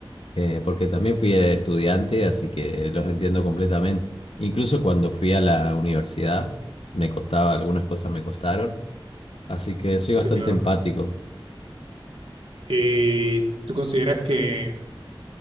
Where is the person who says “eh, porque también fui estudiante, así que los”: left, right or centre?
Left